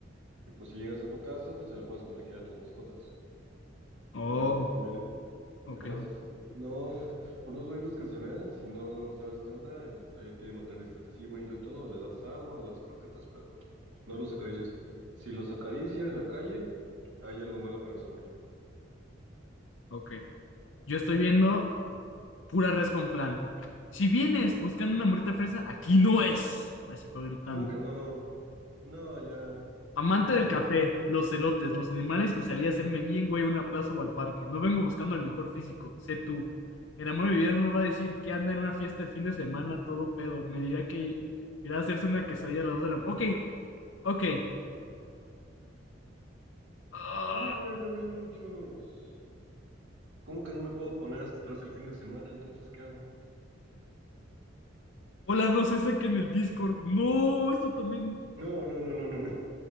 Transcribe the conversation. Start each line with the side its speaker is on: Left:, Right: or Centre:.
Right: Y pues si llegas a tu casa, se la puedes contagiar a tus mascotas
Left: Oh,
Right: o a tu familia.
Left: ok,
Right: Entonces, no, <laughs> por más bonitos que se vean, si no sabes qué onda, en- hay que mantener distancia. Sí, bonito y todo, le das agua, le das croquetas, pero no los acaricies. Si los acaricia en la calle, hay algo malo con esa morra.
Left: ok. Yo estoy viendo pura res con flan. Si vienes buscando una morrita fresa, aquí no es. Así por gritando.
Right: ¿Cómo que no? No, ya,
Left: Amante
Right: mejor
Left: del
Right: no dota.
Left: café, los celotes, los animales y salí a hacerme bien, güey, a una plaza o al parque. No vengo buscando el mejor físico, sé tú. El amor de mi vida no me va a decir que anda en una fiesta el fin de semana, todo pedo. Me dirá que irá a hacerse una quesadilla a las dos de la mañana. Ok, ok. Ah,
Right: No sé, yo vi muchos. ¿Cómo que no me puedo poner hasta atrás el fin de semana? Entonces, ¿qué hago?
Left: hola, no se saquen el Discord. No, esto también.
Right: No, no, no, no, no, no.